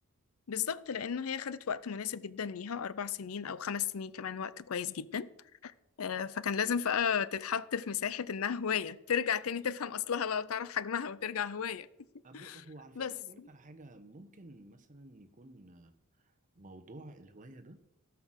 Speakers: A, on the left; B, on the right.
A: بالظبط لأنه هي خدت وقت مناسب جدا ليها أربع سنين أو خمس سنين كمان وقت كويس جدا آه، فكان لازم بقى تتحط في مساحة إنها هواية ترجع تاني تفهم أصلها بقى وتعرف حجمها وترجع هواية
B: أب- هو على فكرة
A: بس
B: عايز أقولك على حاجة ممكن مثلا يكون آه، موضوع الهواية ده